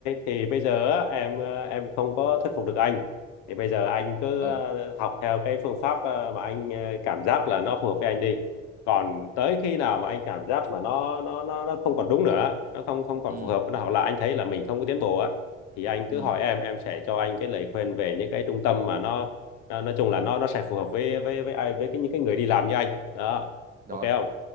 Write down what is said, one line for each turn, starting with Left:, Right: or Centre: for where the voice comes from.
Left: thì bây giờ á, em à, em không có thuyết phục được anh thì bây giờ anh cứ
Right: ừ
Left: à, học theo cái phương pháp à, mà anh à, cảm giác là nó phù hợp với anh đi còn tới khi nào mà anh cảm giác mà nó nó nó nó không còn đúng nữa nó không không còn
Right: ừ
Left: phù hợp nữa hoặc là anh thấy là mình không có tiến bộ á thì anh
Right: ừ
Left: cứ hỏi em em sẽ cho anh cái lời khuyên về những cái trung tâm mà nó, nó nói chung là nó nó sẽ phù hợp với với với ai với cái những cái người đi làm như anh đó
Right: rồi
Left: ok không